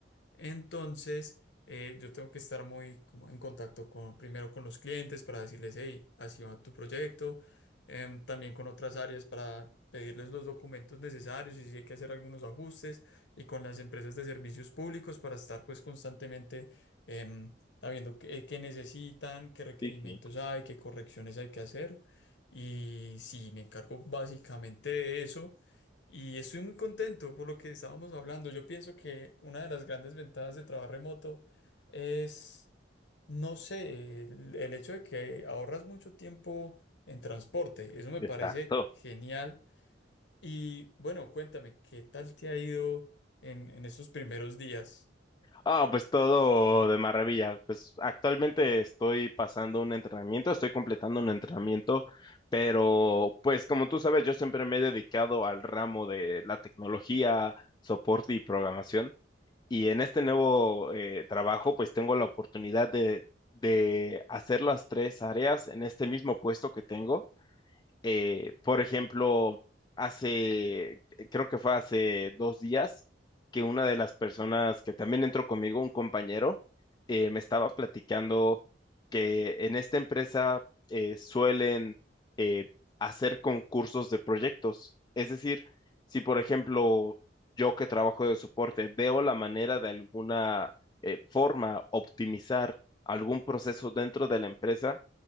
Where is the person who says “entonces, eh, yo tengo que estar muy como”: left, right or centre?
Left